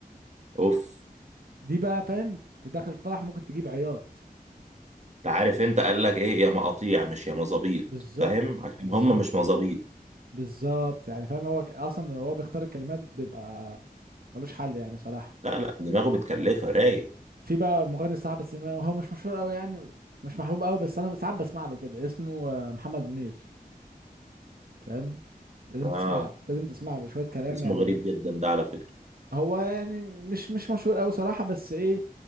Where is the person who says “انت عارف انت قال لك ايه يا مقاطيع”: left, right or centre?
Right